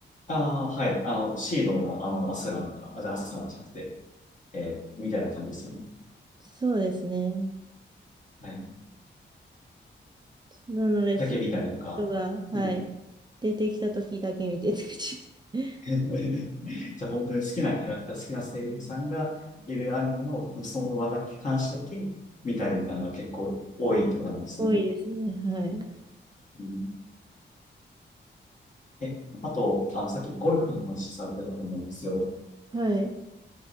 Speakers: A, on the left; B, on the right.
A: ああ、はい。あの、シードの、あの、アスランがあ、じゃあアスランじゃなくて、えー、みたいな感じですよね。
B: そうですね。
A: はい。
B: なので、
A: だけ見たりとか。
B: その人が、はい、
A: うん。
B: 出てきた時だけ見てて、<laughs>
A: <laughs> じゃあ、本当に好きなキャラクター、好きな声優さんがいるアニメの、その話だけ、話だけ見たりみたいなのが結構多いってことなんですね。
B: 多いですね。はい。
A: うんえ、あと、あの、さっきゴルフの話されてたと思うんですよ。
B: はい。